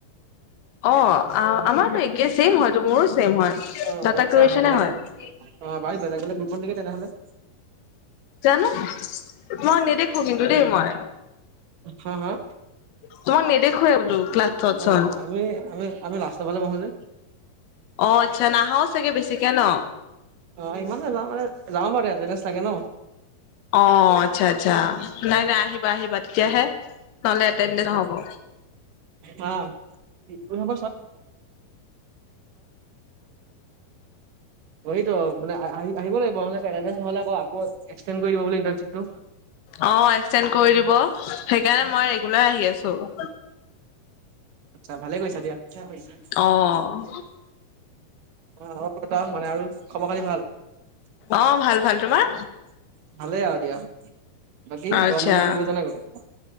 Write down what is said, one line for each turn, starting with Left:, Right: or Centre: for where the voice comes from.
Left: অ আ আমাৰতো একে ছেম হয়টো মোৰ ছেম হয়।
Right: অ
Left: টাটা
Right: আচ্ছা
Left: ক্ৰেচনে
Right: বেলেগ
Left: হয়।
Right: অ ভাই বেলেগ বেলেগ গ্ৰুপত নেকি তেনেহ'লে।
Left: জানো! মই নেদেখো কিন্তু দেই মই।
Right: হা হা
Left: তোমাক নেদেখোৱে বোলো ক্লাছত
Right: অ
Left: চুন।
Right: আমি আমি আমি লাষ্ট ত ফালে বহোঁ যে।
Left: অ আচ্ছা নাহ চাগে বেছিকে ন?
Right: অ ইমান নেযাওঁ মানে, যাওঁ মানে এতেন্দেন্স লাগে ন।
Left: অ আচ্ছা আচ্ছা। নাই নাই আহিবা আহিবা তেতিয়াহে, নহ'লে এটেনডেন্ট
Right: <unintelligible>
Left: নহ'ব
Right: আ, <unintelligible> হা। হা। <unintelligible> অয়িত' মানে আহি-আহিব লাগিব নহ'লে পেৰাডছ নহ'লে আক-আকৌ এক্সটেণ্ড কৰি দিব বুলি ইন্টাৰস্বিপটো।
Left: অ' এক্সটেণ্ড কৰি দিব সেইকাৰণে মই ৰেগুলাৰ আহি আছোঁ।
Right: আচ্ছা ভালেই কৰিছা দিয়া।
Left: অ'।
Right: অ' <unintelligible> মানে আৰু খবৰ খতি ভাল?
Left: অ',
Right: ভালেই
Left: ভাল ভাল তোমাৰ?
Right: আৰু দিয়া। বাকী
Left: আচ্ছা
Right: গৰম মাহত ফুৰিব যোৱা নাই ক'তো?